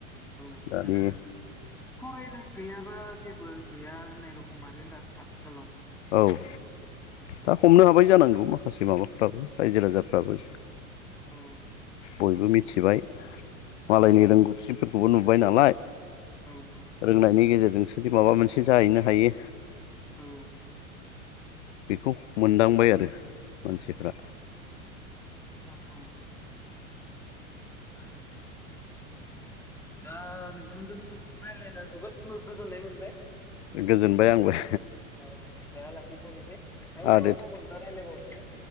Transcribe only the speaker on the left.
दानि
औ दा हमनो हाबाय जानांगौ माखासे माबाफ्राबो रायजो राजाफ्राबो।
बयबो मिथिबाय मालायनि
रोंगौथिफोरखौबो नुबाय नालाय
रोंनायनि गेजेरजोंसोदि माबा मोनसे जाहैनो हायो।
बेखौ मोनदांबाय आरो मानसिफ्रा
गोजोनबाय आंबो
आरो
दे